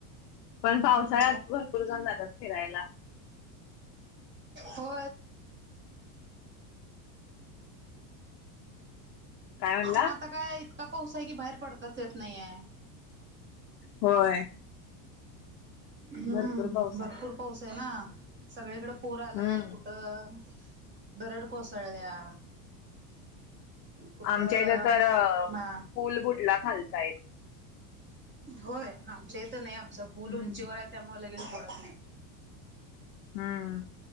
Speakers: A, on the left; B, on the right.
A: पण
B: हम्म
A: पावसाळ्यात भरपूर जण जातात फिरायला.
B: हो.
A: काय म्हणला
B: पण आता काय इतं का पाऊसा आहे की बाहेर पडताच येत नाहीय.
A: होय
B: हं
A: भरपूर पाऊस
B: भरपूर
A: आहे
B: पाऊस आहे ना सगळीकडें पूर आलाय
A: हम्म
B: कुठं दरड कोसळल्या कुठं
A: आमच्या इथं तर अ,
B: मा
A: पूल बुडला खालचा एक
B: होय आमच इथे नाही आमच फूल
A: हम्म
B: उंचीवर आहे त्यामुळे लगेच बुडत नाही
A: हम्म